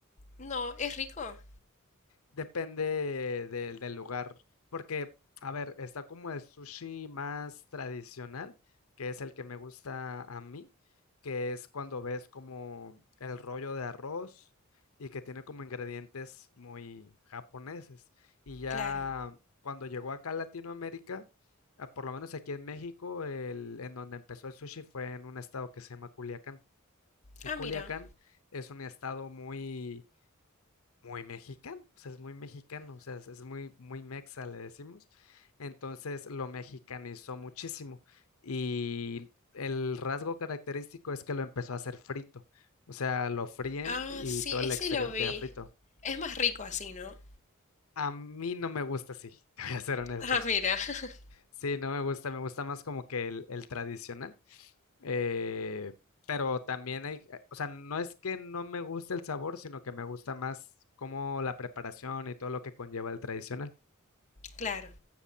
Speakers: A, on the left; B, on the left.
A: No, ¿es rico?
B: Depende del, del lugar, porque, a ver, está como el sushi más tradicional, que es el que me gusta a mí, que es cuando ves como el rollo de arroz y que tiene como ingredientes muy japoneses. Y ya
A: Claro.
B: cuando llegó acá a Latinoamérica, ah, por lo menos aquí en México, el, en donde empezó el sushi fue en un estado que se llama Culiacán. Y
A: Ah,
B: Culiacán
A: mira.
B: es un estado muy muy mexicano, o sea, es muy mexicano, o sea, es, es muy, muy mexa, le decimos. Entonces lo mexicanizó muchísimo y el rasgo característico es que lo empezó a hacer frito, o sea, lo fríen
A: Ah,
B: y
A: sí,
B: todo el
A: ese
B: exterior
A: lo vi.
B: queda frito.
A: Es más rico así, ¿no?
B: A mí no me gusta así, <laughs> te voy a ser honesto.
A: Ah, mira. <laughs>
B: Sí, no me gusta, me gusta más como que el, el tradicional. eh, pero también hay, eh, o sea, no es que no me guste el sabor, sino que me gusta más como la preparación y todo lo que conlleva el tradicional.
A: Claro.